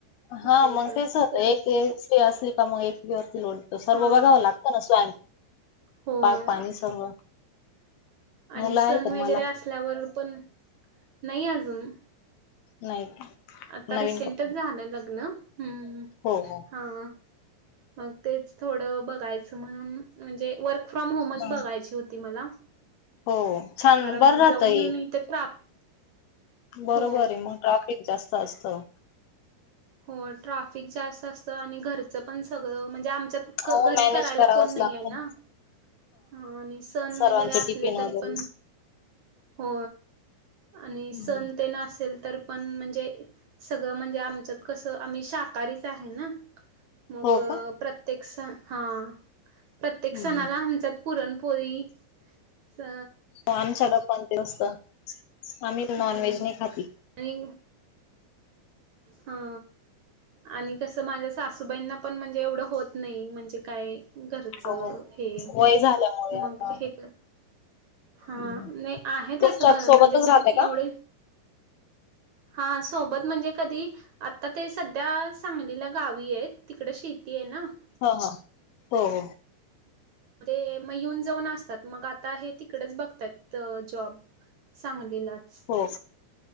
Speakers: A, on the left; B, on the right.
A: हा
B: असं
A: मग
B: होत
A: तेच होतं
B: सण
A: एक स्त्री असली का मग एकवरती लोड देतो सर्व
B: हा
A: बघावं लागतं ना स्वयंपाक स्वयंपाक
B: होय
A: पाणी सर्व
B: आणि
A: मुलं
B: सण
A: आहेत का
B: वगैरे
A: तुम्हाला
B: असल्यावर पण नाही अजून
A: नाही का?
B: आता रिसेंटच
A: नवीन कपडा
B: झालं लग्न ह.
A: हो हो
B: हा मग तेच थोड बघायच म्हणून म्हणजे वर् फ्रॉम होमच
A: हा.
B: बघायची होती मला
A: हो छान
B: कारण
A: बरं राहत
B: जाऊन
A: हे
B: येऊन इथ ट्राप
A: बरोबर
B: हो
A: आहे मग ट्राफिक जास्त असतं.
B: हो ट्राफिक जास्त असतं आणि घरचं पण सगळं म्हणजे आमच्यात
A: हो
B: घरी
A: मॅनेज
B: करायला
A: करावंच
B: कोण नाही
A: लागतं
B: आहे ना. ह आणि सण
A: सर्वांचे
B: वगैरे असले
A: टिफिन
B: तरी
A: वगैरे
B: पण हो आणि सण
A: हम्म.
B: ते न असेल तर पण म्हणजे सगळं म्हणजे आमच कसं आम्ही शाकाहारीच आहे ना. मग
A: हो का
B: प्रत्येक सण हा प्रत्येक
A: हम्म.
B: सणाला आमच्यात पुरणपोळी अ
A: आमच्याला पण तेव असत आम्ही
B: हं
A: नॉनव्हेज नाही खाती
B: आणि हा. आणि कसं माझ्या सासूबाईंना पण म्हणजे एवढं होत नाही म्हणजे काय? घरचं
A: हो
B: हे
A: वय झाल्यामुळे
B: मग
A: आता
B: हे. हा
A: हम्म.
B: नाही आहें तसें
A: तुमच्या
B: त्यां
A: सोबतच राहते का
B: एवढे हा सोबत म्हणजे कधी आता ते सध्या सांगलीला गावी आहेत तिकडं शेती आहे ना.
A: हा हा हो हो.
B: ते मग येऊन जाऊन असतात मग आता हे तिकडेच बघताय जॉब सांगलीलाचं
A: हो